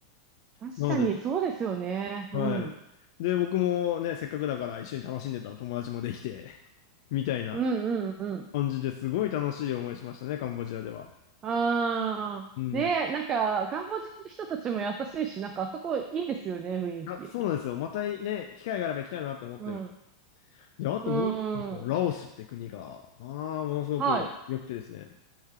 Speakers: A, on the right; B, on the left.
A: 確かに、
B: なので、
A: そうですよね。
B: はい。
A: うん。
B: で、僕もね、せっかくだから一緒に楽しんでたら友達もできて、<laughs> みたいな
A: うんうんうん。
B: 感じですごい楽しい思いしましたね、カンボジアでは。
A: あー。
B: うん。
A: ねえ、なんか、カンボジアの人たちも優しいし、なんか、あそこいいですよね、雰囲気。
B: あ、そうなんですよ。またね、機会があれば行きたいなって思ってる。
A: うん。
B: で、あともう一つ、
A: う
B: ラオスって国が、
A: ん。
B: まあ、ものすごく良くてですね。
A: はい。